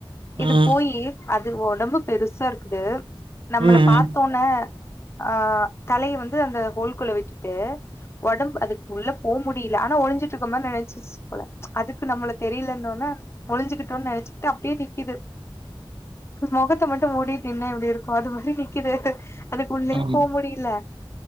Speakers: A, on the left; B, on the right.
A: இது
B: ம்
A: போயி அது ஒடம்பு பெருசா இருக்குது நம்மள
B: ம்
A: பாத்தோன்
B: ம்
A: ன ஆ தலைய வந்து அந்த ஹோல்குள்ள விட்டுட்டு ஒடம்பு அதுக்குள்ள போ முடில ஆனா ஒழிஞ்சிட்டு இருக்கமாரி நெனைச்சுஸ் சு போல அதுக்கு நம்மள தெரியலன்னோன ஒழிஞ்சிகிட்டோன் நெனச்சுக்கிட்டு அப்டியே நிக்குது மொகத்த மட்டு மூடிட் நின்னா எப்டி இருக்கு அது மாரி நிக்குது அதுக்குள்ளயோ
B: ஆம்.
A: போ முடில